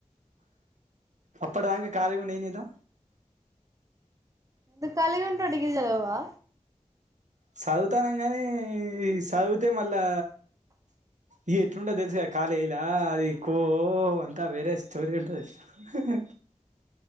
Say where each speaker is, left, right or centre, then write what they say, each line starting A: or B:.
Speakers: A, on the right; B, on the right.
A: అప్పుడుాంగ కాాల ఉ నయినిదా
B: ఎంత కళ ఉంటావ్ డిగ్రీ చదవవా
A: చదువుతాన గానీ చదివితే మళ్ళా ఇ ఎట్లుంటేతెలుసు కాాలీ ఇలా అది కో అంతా వేరే స్టోరీ ఉంటది ఓక